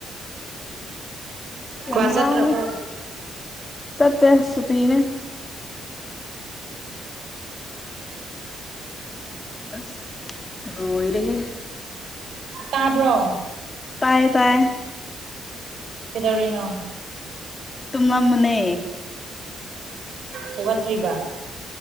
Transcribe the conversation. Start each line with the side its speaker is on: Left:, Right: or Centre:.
Left: ꯌꯥꯝ
Right: ꯀ꯭ꯂꯥꯁ
Left: ꯋꯥꯡꯉꯦ
Right: ꯆꯠꯇ꯭ꯔꯕꯣ
Left: ꯆꯠꯇ ꯁꯄꯤꯤꯅ ꯑ ꯍ ꯏꯔꯦꯍꯦ
Right: ꯇꯥꯕ꯭ꯔꯣ
Left: ꯇꯥꯏꯌꯦ ꯇꯥꯏ
Right: ꯀꯗꯧꯔꯤꯅꯣ
Left: ꯇꯨꯅ ꯃꯅꯦ
Right: ꯍꯧꯒꯠꯇ꯭ꯔꯤꯕ